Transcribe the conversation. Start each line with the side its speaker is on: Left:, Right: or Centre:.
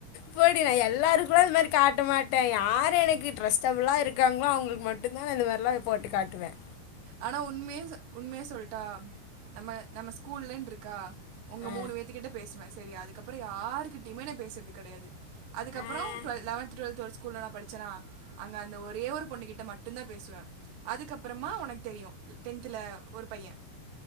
Left: போடி நா எல்லார்குலா அந்த மாரி காட்ட மாட்டே எ ஆரு எனக்கு ட்ரஸ்டபுளா இருக்காங்ளோ அவங்குக்கு மட்டு தா நா இந்த மாரிலா போட்டு காட்டுவேன்
Right: ஆனா உண்மய உண்மைய சொல்டா நம்ம நம்ம ஸ்கூல்லன் ருக்கா ஒங்க
Left: ஆ ஆ
Right: மூணு வேத்து கிட்ட பேசுவன் செரியா அதுக்கப்பற யாருகிட்டியுமே நா பேசுறது கெடையாது அதுக்கப்பறோ
Left: ஆ
Right: ட்வ லெவன்து ட்வல்த்து ஒரு ஸ்கூல்ல நா படிச்சனா அங்க அந்த ஒரே ஒரு பொண்ணு கிட்ட மட்டுந்தா பேசுவன் அதுக்கப்றமா ஒனக் தெரியு டென்துல ஒரு பைய்ய